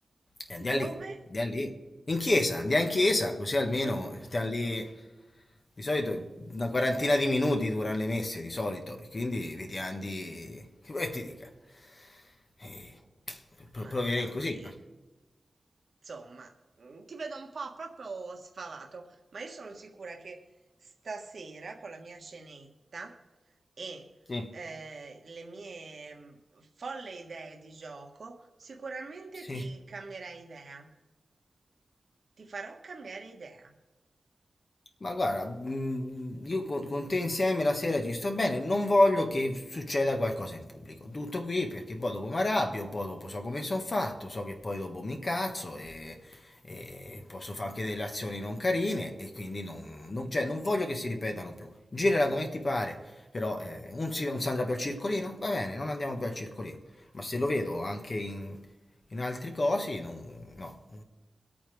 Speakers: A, on the left; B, on the right.
A: e andiamo
B: <laughs> dove?
A: lì, andiamo lì, in chiesa, andiamo in chiesa, così
B: <laughs>
A: almeno stiamo lì, di solito una quarantina di minuti durano le messe, di solito, e quindi vediamo di, che vuoi che ti dica, eh, pro-
B: Ma
A: provare
B: dai.
A: in così, ma-
B: Insomma, mm, ti vedo un po' proprio sfavato, ma io sono sicura che stasera con la mia scenetta e
A: sì,
B: eh, le mie mm, folle idee di gioco, sicuramente
A: sì.
B: ti cambierai idea, ti farò cambiare idea.
A: Ma guarda, mm, io con, con te insieme la sera ci sto bene, non voglio che succeda qualcosa in pubblico. Tutto qui perché poi dopo mi arrabbio, poi dopo so come sono fatto, so che poi dopo mi incazzo e, e posso fare anche delle azioni non carine e quindi non, non- cioè, non voglio che si ripetano più. Girala come ti pare, però eh, un, si- non si andrà più al circolino, va bene, non andiamo più al circolino. Ma se lo vedo anche in, in altri cosi, non- no.